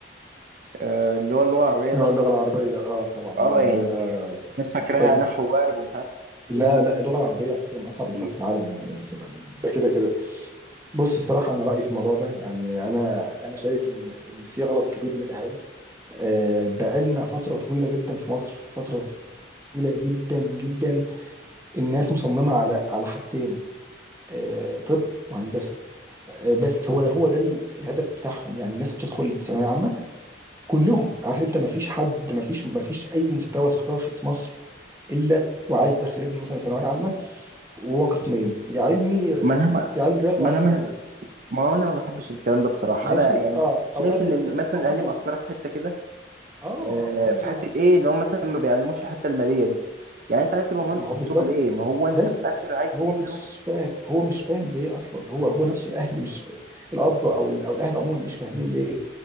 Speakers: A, on the right; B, on the right.
A: آه، اللي هو اللغة العربية
B: م-
A: ده
B: اللغة
A: في
B: العربية اه طبعا اللغة
A: اه
B: العربية
A: يعني
B: ده
A: ناس فاكراها
B: محتاج
A: نحو وقارب ومش عارف
B: لا
A: ايه ما
B: لا
A: هو
B: اللغة العربية على فكرة من أصعب اللغات
A: كتير
B: في العالم يعني كده ده كده كده بص الصراحة أنا رأيي في الموضوع ده يعني أنا أنا شايف إن إن في غلط كبير من الأهالي آه، بقالنا فترة طويلة جدا في مصر فترة طويلة جدا جدا الناس مصممة على على حاجتين آه، طب وهندسة آه، بس هو ده هو ده ال- الهدف بتاعهم يعني الناس بتدخل ثانوية عامة كلهم عارف أنت ما فيش حد ما فيش ما فيش أي مستوى ثقافي في مصر إلا وعايز يدخل ابنه مثلا ثانوية عامة وهو قسمين يا علمي
A: ما انا ما
B: يا علم رياضة
A: ما
B: يا
A: انا
B: علم
A: ما
B: علوم
A: ما هو انا ما بحبش الكلام ده بصراحة
B: ماشي
A: انا يعني
B: اه
A: شايف
B: او ادبي
A: ان إن مثلا
B: او
A: الاهالي
B: مثلا
A: مقصرة في حتة كده
B: اه
A: آه،
B: ما هو
A: في حتة ايه ان هو مثلا ما بيعلموش الحتة المالية دي يعني انت عايز تبقى مهندس
B: ما هو بالظبط
A: دكتور ليه ما هو انت
B: بس
A: في الاخر عايز
B: هو
A: تجيب
B: مش
A: فلوس
B: فاهم هو مش فاهم ليه اصلا هو هو نفسه الاهل مش فاهم. الاب او ال- او الاهل عموما مش فاهمين ليه